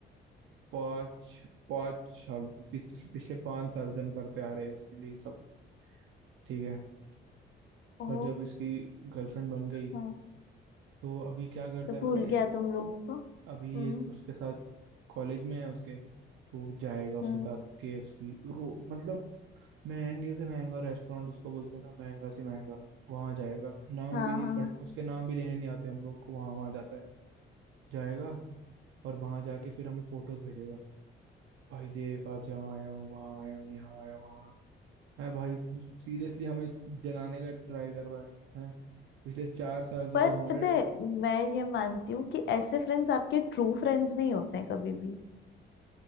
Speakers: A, on the right; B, on the left.
A: पाँच पाँच साल से पिछ, पिछले पाँच साल से हम करते आ रहे हैं इसके लिए सब ठीक है
B: ओ
A: पर जब इसकी गर्लफ्रेंड बन गई
B: हाँ
A: तो अभी क्या करता
B: तो
A: है
B: भूल
A: पता है ये
B: गया तुम लोगों को
A: अभी
B: हम्म
A: ये उसके साथ कॉलेज में है उसके तो वो जाएगा उसके
B: हम्म
A: साथ KFC रो मतलब महंगे से महंगा रेस्टोरेंट जिसको बोलते हैं ना महंगा से महंगा वहां जाएगा नाम
B: हाँ
A: भी नहीं
B: हाँ
A: पढ़ उसके नाम भी लेने नहीं आते हम लोग को वहां वहां जाता है जाएगा और वहां जाके फिर हमें फोटोज भेजेगा भाई देख आज यहाँ आया हूँ वहाँ आया हूँ यहाँ आया हूँ वहाँ है भाई तू सीरियसली हमें जलाने का ट्राई कर रहा है हैं पिछले चार साल से
B: पर
A: तो हमारे
B: पता है मैं ये मानती हूँ कि ऐसे फ्रेंड्स आपके ट्रू फ्रेंड्स नहीं होते हैं कभी भी